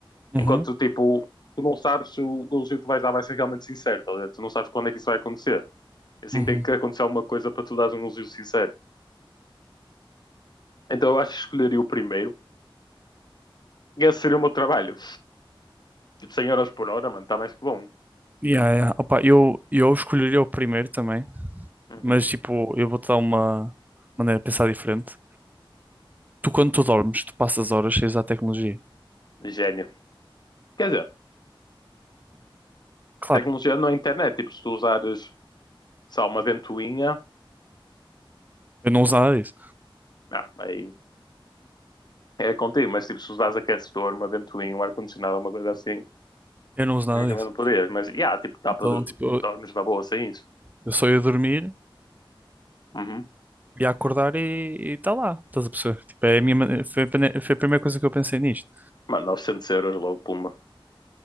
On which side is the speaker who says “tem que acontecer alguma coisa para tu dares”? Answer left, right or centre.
Left